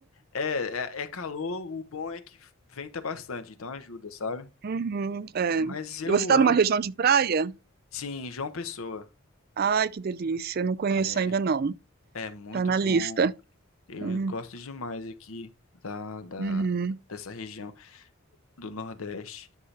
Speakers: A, on the left; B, on the right.
A: É, é, é calor, o bom é que venta bastante, então ajuda, sabe?
B: Uhum, é.
A: Mas eu
B: E você está
A: amo.
B: numa região de praia?
A: Sim, João Pessoa.
B: Ai, que delícia. Não conheço
A: É,
B: ainda não.
A: é muito
B: Tá na
A: bom.
B: lista.
A: Eu
B: Hum,
A: gosto demais aqui da, da,
B: Uhum.
A: dessa região. do Nordeste.